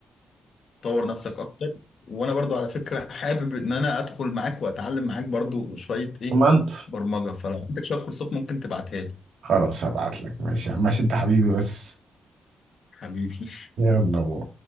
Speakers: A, on the left (about 65°); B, on the right (about 80°).
A: طور نفسك اكتر وانا برضو على فكره حابب ان انا ادخل معاك واتعلم معاك برضو شويه ايه
B: أمر
A: برمجه فلو عندك شويه كورسات ممكن تبعتها لي
B: خلاص هبعت لك ماشي يا عم، ماشي انت حبيبي بس
A: حبيبي
B: يلا بو.